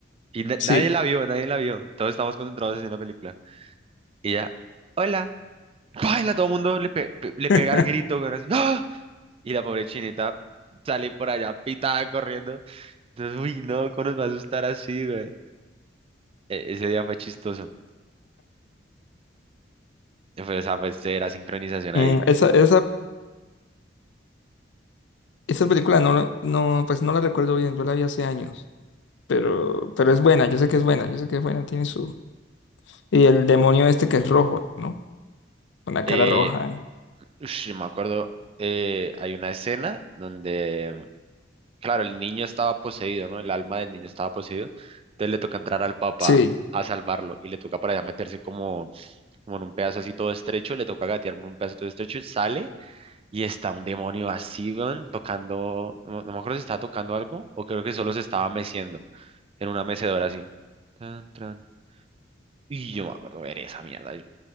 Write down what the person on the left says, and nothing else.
Sí.
<laughs>
Mm,
Esa, esa, esa película no, la- no, pues no la recuerdo bien, yo la vi hace años, pero, pero es buena, yo sé que es buena, yo sé que es buena, tiene su... Y el demonio este que es rojo, ¿no? Con la
cara roja. y-
Sí,